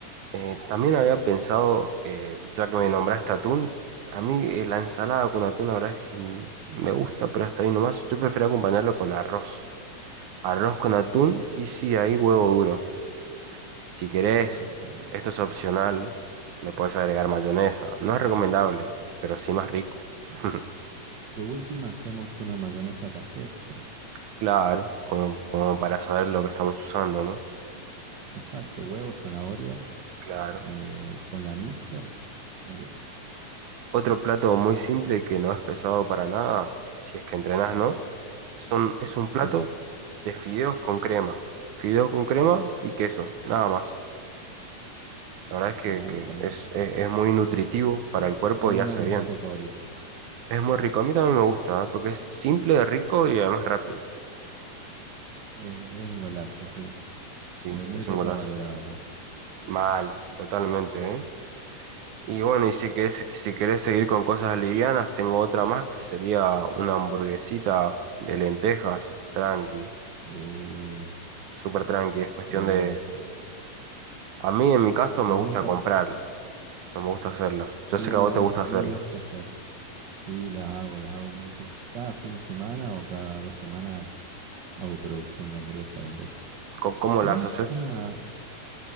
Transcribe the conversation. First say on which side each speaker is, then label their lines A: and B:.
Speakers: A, on the right; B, on the right.
A: Eh, también había pensado, eh, ya que me nombraste atún, a mí eh, la ensalada con atún, la verdad es que mm, me gusta, pero hasta ahí nomás. Yo prefiero acompañarlo con arroz. Arroz con atún
B: Ajá,
A: y sí, ahí huevo duro. Si querés,
B: mm, qué rico.
A: esto es opcional, le puedes agregar mayonesa. No es recomendable, pero sí más rico. <laughs>
B: De última hacemos una mayonesa casera.
A: Claro, como, como para saber lo que estamos usando, ¿no?
B: Exacto, huevo, zanahoria,
A: Claro.
B: eh, con la mixer, olvídate.
A: Otro plato muy simple que no es pesado para nada, si es que entrenás, ¿no? Son, es un
B: Sí,
A: plato de fideos con crema. Fideos con crema y queso, nada más. La verdad es que,
B: me gusta,
A: que
B: me-
A: es, es- es muy nutritivo
B: es,
A: para
B: es-
A: el cuerpo
B: uno
A: y hace
B: de mis
A: bien.
B: platos favoritos.
A: Es muy rico. A mí también me gusta, ¿eh? porque es simple, rico y además rápido.
B: Es, es un golazo, sí.
A: Sí,
B: Eh, muy
A: es
B: poco
A: un golazo.
B: valorado aparte.
A: Mal, totalmente, ¿eh? Y bueno, y si querés, si querés seguir con cosas livianas, tengo otra más que sería una hamburguesita de lentejas, tranqui,
B: Uh,
A: súper tranqui. Es cuestión
B: me gusta,
A: de... A mí, en mi caso, me
B: me gusta,
A: gusta comprarlas. No me gusta hacerlas.
B: sí,
A: Yo sé que a
B: no,
A: vos te
B: a
A: gusta
B: mí, a
A: hacerlas.
B: mí me gusta hacer. Sí, las hago, las hago muy... se- Cada fin de semana o cada dos semanas hago producción de hamburguesa de lenteja.
A: Co- ¿Cómo,
B: ¿Sabes
A: las haces?
B: una,